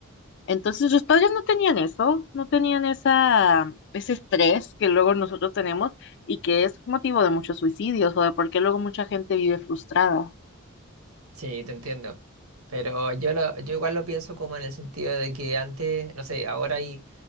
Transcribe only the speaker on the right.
sí, te entiendo. Pero yo, lo, yo igual lo pienso como en el sentido de que antes, no sé, ahora hay